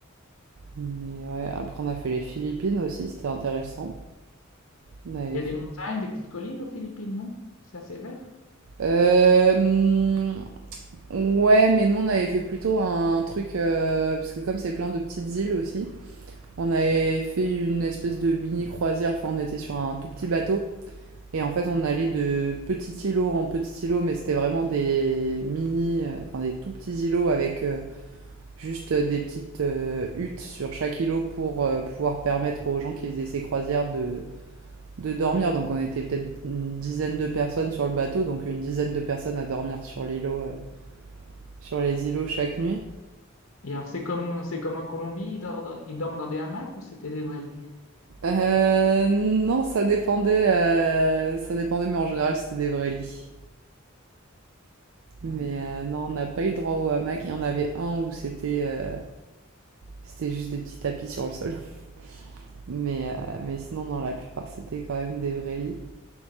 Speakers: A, on the right; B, on the left.
A: Mais ouais, après, on a fait les Philippines aussi, c'était intéressant. On avait
B: Il y
A: fait-
B: a des montagnes, des petites collines aux Philippines, non? C'est assez vert?
A: Euh, hum, ouais, mais nous, on avait fait plutôt un truc. euh, parce que comme c'est plein de petites îles aussi. On avait fait une espèce de mini croisière, enfin on était sur un tout petit bateau. Et en fait, on allait de petit îlot en petit îlot, mais c'était vraiment des mini, euh, enfin des tout petits îlots avec euh, juste des petites euh, huttes sur chaque îlot pour euh, pouvoir permettre aux gens qui faisaient ces croisières de, de dormir. Donc on était peut-être une dizaine de personnes sur le bateau, donc une dizaine de personnes à dormir sur l'îlot, euh, sur les îlots chaque nuit.
B: Et alors, c'est comme, c'est comme en Colombie, ils dorment, dans- ils dorment dans des hamacs ou c'était des vrais lits?
A: Euh, non, ça dépendait, euh, ça dépendait, mais en général c'était des vrais lits. Mais
B: Ouais.
A: euh, non, on n'a pas eu le droit au hamac. Il y en avait un où c'était euh, c'était juste des petits tapis sur le sol. <laughs> Mais, euh, mais sinon, dans la plupart, c'était quand même des vrais lits.